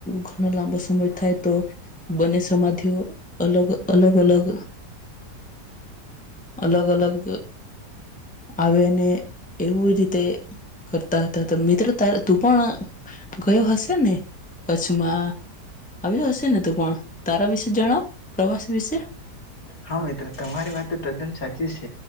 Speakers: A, in the centre; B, on the left.
A: ઘણા લાંબો સમય થાય તો બંને સમાધિઓ અલગ-અલગ-અલગ અલગ-અલગ આવેને એવું રીતે કરતા હતા મિત્ર તારે તું પણ ગયો હશે ને કચ્છમાં આવ્યો હશે ને તું પણ તારા વિશે જણાવ પ્રવાસ વિશે
B: હા મિત્ર તમારી વાત તો તદ્દન સાચી છે.